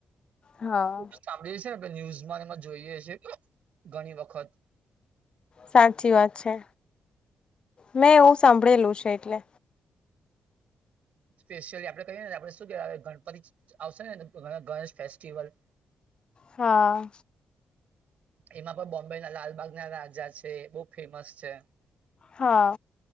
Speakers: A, on the left (about 40°); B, on the right (about 75°).
A: હા
B: એ સાંભળીએ છે ને ન્યૂઝમાં એમાં જોઈએ છે કે ઘણી વખત
A: સાચી વાત છે. મેં એવું સાંભળેલું છે એટલે
B: સ્પેશિયલી આપડે કહીએ ને આપણે શું કેવા ગણપતિ આવશે ને ગણેશ ફેસ્ટિવલ
A: હા
B: એમાં પણ બોમ્બે ના લાલબાગના રાજા છે એ બહુ ફેમસ છે
A: હા